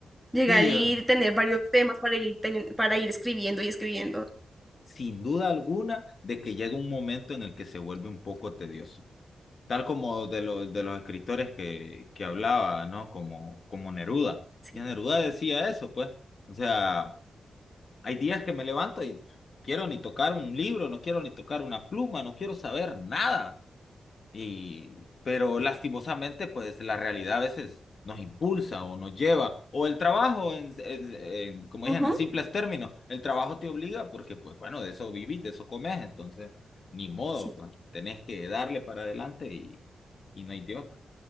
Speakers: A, in the centre; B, on the left.
A: llegar
B: Sí llega,
A: y tener varios temas para ir, teni- para ir escribiendo y escribiendo.
B: sin duda alguna, de que llega un momento en el que se vuelve un poco tedioso. Tal como de, los de los escritores que, que hablaba, ¿no? Como, como Neruda.
A: Sí.
B: Y Neruda decía eso, pues. O sea... Hay días que me levanto y quiero ni tocar un libro, no quiero ni tocar una pluma, no quiero saber nada. Y, pero lastimosamente, pues la realidad a veces nos impulsa o nos lleva, o el trabajo, en, en- en- como dicen,
A: Ujú,
B: en simples términos, el trabajo te obliga porque, pues bueno, de eso vivís, de eso comes, entonces, ni modo,
A: sí.
B: pues tenés que darle para adelante y, y no hay de otra.